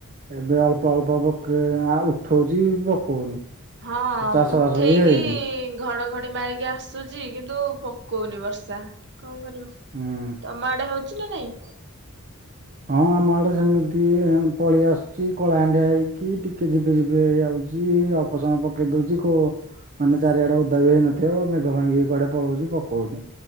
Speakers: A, on the right; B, on the right.
A: ଏବେ ଅଳ୍ପ ଅଳ୍ପ ପକେଇ ଉଠଉଛି ପକଉନି।
B: ହଁ
A: ଚାଷ
B: ଉଠେଇକି।
A: ବାସ ବି ହେଇନି।
B: ଘଡ଼ଘଡ଼ି ମାରିକି ଆସୁଛି କିନ୍ତୁ ପକଉନି ବର୍ଷା କଣ କରିବ
A: ହୁଁ।
B: ତମ ଆଡ଼େ ହଉଛି ନା ନାଇଁ?
A: ହଁ ଆମ ଆଡ଼େ ସେମିତି ପଳେଇ ଆସୁଛି କଳାହାଣ୍ଡିଆ ହେଇକି ଟିକେ ଯଝିପି ଝିପି ହେଇ ଆଉଛି। ଅଳ୍ପ ସମୟ ପକେଇ ଦଉଛି କୋଉ। ମାନେ ଚାରିଆଡ଼େ ଓଦା ବି ହେଇନଥିବ ମେଘ ଭାଙ୍ଗିକି କୁଆଡ଼େ ପଳଉଛି ପକଉନି।